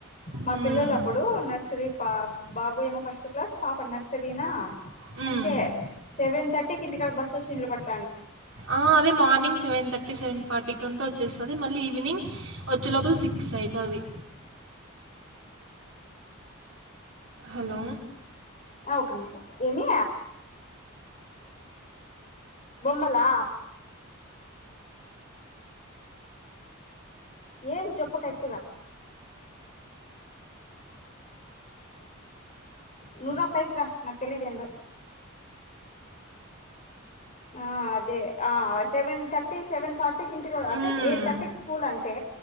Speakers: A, on the left (about 35°); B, on the right (about 75°).
A: మా
B: హ్మ్.
A: పిల్లలు అప్పుడు నర్సరీ పా బాబు ఏమో ఫస్ట్ క్లాస్ పాప నర్సరీనా
B: హ్మ్.
A: అంటే సెవెన్ థర్ టికి ఇంటికాడ బస్ వచ్చి నిలబడింది
B: ఆ అదె మార్నింగ్ సెవన్ తర్టీ సవెన్ ఫార్టీకి వ చేస్తది మళ్ళీ ఈ వినింగ్ వచ్చే లోపు సిక్స్ అయితాది హెలో
A: ఆ ఒక్క నిమిషం ఏమి బొమ్మలా ఇ ఏం చెప్పు కరెక్ట్ గా నూ రా పైకి రా నాకు తెలీదు ఏందో ఆ అదే ఆ సెవెన్ థర్టి సెవెన్ ఫార్టీకి ఇంటి కూడా
B: హ్మ్.
A: అంటే ఎయిట్ థర్టీకి స్కూల్ అంటే